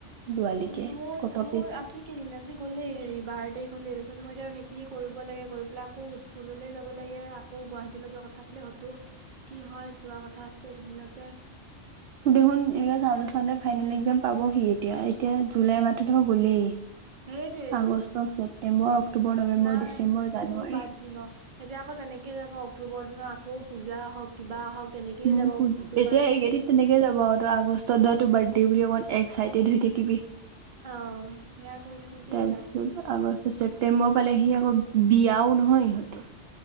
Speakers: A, on the right; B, on the right.
A: দুৱালিকে
B: উ মোৰ-মোৰ
A: কত পিছ
B: আ <unintelligible> গ'লেই হেৰি বাৰ তাৰিখ হ'লে তাৰপিছত মই এতিয়া সেইখিনি কৰিব লাগে কৰি পেলাই আকৌ স্কুললৈ যাব লাগে আকৌ গুৱাহাটীলৈ যোৱা কথা আছিলে সেইটো কি হয় যোৱা কথা আছে এইকেইদিনতে।
A: দেখোন এনেকে চাওঁতে-চাওঁতে ফাইনেল এক্সাম পাবহি এতিয়া, এতিয়া জুলাই মাহতো গ'লেই।
B: সেইটোৱেটো,
A: আগষ্ট, ছেপ্তেম্বৰ, অক্টোবৰ, নৱেম্বৰ,
B: নাই
A: ডিচেম্বৰ, জানুৱাৰী।
B: এইবোৰ বাদ দিম আৰু। এতিয়া আকৌ তেনেকে যাব অক্টোবৰ দিনাত আকৌ পূজা হওক কিবা আহক তেনেকেইে
A: উম
B: যাব তোমাৰ।
A: এতিয়া এইকেইদিন তেনেকে যাব আৰু তই আগষ্টত ধৰা তোৰ বাৰ্থডে বুলি অকণমান এক্সাইটেড হৈ থাকিবি।
B: অ, সেয়া কৰি থাকোতেই
A: তাৰপিছত
B: যায়।
A: আগষ্ট ছেপটেম্বৰ পালে সি আকৌ বিয়াও নহয় ইহঁতৰ।